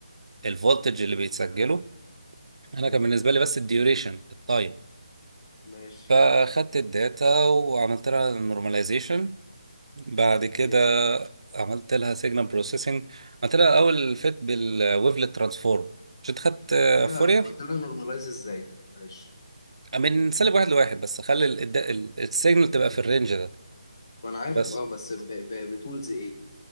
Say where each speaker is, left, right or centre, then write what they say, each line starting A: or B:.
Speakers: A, on the right; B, on the left.
A: الفولتج اللي بيتسجله انا
B: ايوه
A: كان بالنسبه لي بس الديوريشن التايم
B: ماشي
A: فاخدت الداتا وعملت لها نورماليزيشن بعد
B: اوكي
A: كده عملت لها سيجنال بروسيسنج عملت لها اول فيت بالويفلت ترانسفورم مش انت خدت آه،
B: عملت لها
A: فورير
B: عملت لها نورماليز ازاي معلش
A: من سالب واحد لواحد بس خلي السيجنال تبقى في الرينج ده
B: وانا عارف
A: بس
B: اه بس ب... ب... بتولز ايه